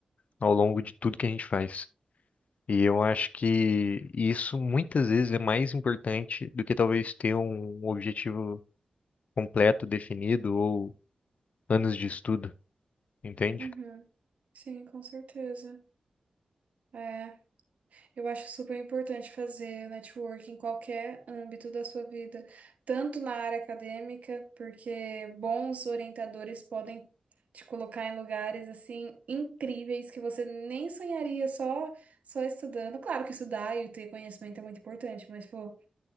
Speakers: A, on the left; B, on the right.
A: Ao longo de tudo que a gente faz. E eu acho que isso muitas vezes é mais importante do que talvez ter um objetivo completo, definido ou anos de estudo, entende?
B: uhum. Sim, com certeza. É. Eu acho super importante fazer networking em qualquer âmbito da sua vida, tanto na área acadêmica, porque bons orientadores podem te colocar em lugares assim incríveis que você nem sonharia só só estudando. Claro que estudar e ter conhecimento é muito importante, mas pô,